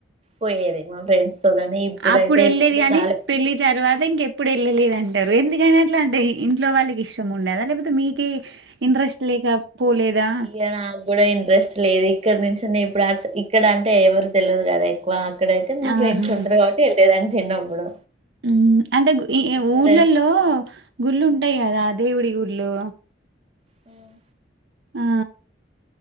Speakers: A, on the right (about 35°); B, on the right (about 70°).
A: పోయేది మా ఫ్రెండ్స్ తో కాని ఇప్పుడైతే
B: అప్పుడు వెళ్ళలేదు
A: ఎప్పుడు
B: గాని
A: రాలే
B: పెళ్లి తర్వాత ఇంకెప్పుడు వెళ్ళలేదు అంటారు ఎందుకని అట్లా అంటే ఇంట్లో వాళ్ళకి ఇష్ అత్తమ్మ ఉండాదా లేకపోతే మీకే ఇంట్రెస్ట్ లేక పోలేదా
A: ఇక నాకు కూడా ఇంట్రెస్ట్ లేదు ఇక్కడ నుంచిని ఇప్పుడు ఆర్స్ ఇక్కడ అంటే ఎవరు తెలవదు కదా ఎక్కువ ఇక్కడైతే మా
B: ఆహా
A: ఫ్రెండ్స్ ఉంటరు కాబట్టి వెళ్ళేదాన్ని చిన్నప్పుడు
B: హ్మ్ అంటే ఈ
A: ఇక్కడ
B: ఊర్ళలో గుళ్ళుం ఉంటయి గదా దేవుడి గుళ్ళు
A: హ్మ్
B: ఆ